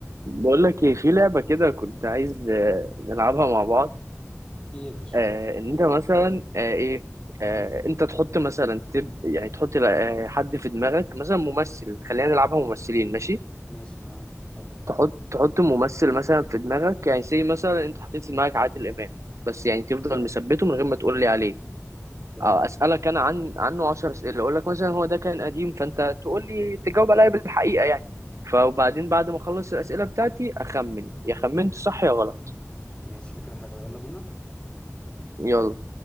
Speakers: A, on the right; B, on the left.
A: بقول لك ايه في لعبة كده كنت عايز آه، نلعبها مع بعض
B: ايه يا باشا
A: آه ان انت مثلا آه ايه آه
B: ها،
A: انت تحط مثلا تب يعني تحط آه حد في دماغك مثلا ممثل خلينا نلعبها ممثلين ماشي
B: ماشي انا معاك حلو
A: تحط تحط ممثل مثلا في دماغك يعني زي مثلا انت حطيت في دماغك عادل امام بس يعني تفضل
B: تمام
A: مثبته من غير ما تقول لي عليه
B: تمام
A: آه اسالك انا عن عنه 10 اسئله اقول لك مثلا هو ده كان قديم فانت تقول لي تجاوب عليا بالحقيقه يعني فوبعدين
B: طيب.
A: بعد ما اخلص الاسئله بتاعتي اخمن يا خمنت صح يا غلط
B: ماشي فكرة حلوة يلا بينا
A: يلا